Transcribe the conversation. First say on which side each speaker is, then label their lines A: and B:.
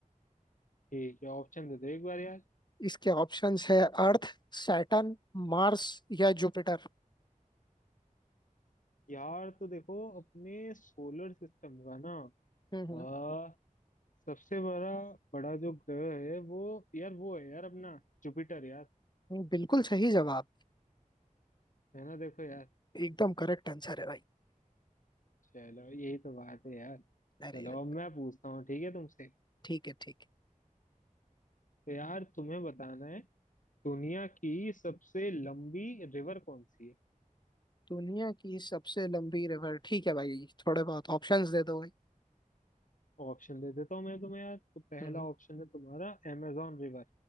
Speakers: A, on the left; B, on the left.
A: ठीक है ऑप्शन दे दो एक बार यार
B: इसके ऑप्शंस है अर्थ सैटर्न मार्स या जुपिटर
A: यार तो देखो अपने सोलर सिस्टम का ना
B: हम्म
A: आ, सबसे बड़ा बड़ा जो ग्रह है वो यार वो है यार अपना जुपिटर यार
B: हम्म, बिल्कुल सही जवाब
A: है ना देखो यार
B: एकदम करेक्ट आंसर है भाई
A: चलो यही तो बात है यार
B: अरे
A: चलो अब मैं पूछता हूँ ठीक है तुमसे
B: ठीक है ठीक है
A: तो यार तुम्हें बताना है दुनिया की सबसे लंबी रिवर कौन सी है
B: दुनिया की सबसे लंबी रिवर ठीक है भाई थोड़े बहुत ऑप्शंस दे दो भाई
A: ऑप्शन दे देता हूँ मैं तुम्हें यार तो पहला
B: हम्म हम्म,
A: ऑप्शन है तुम्हारा amazon रिवर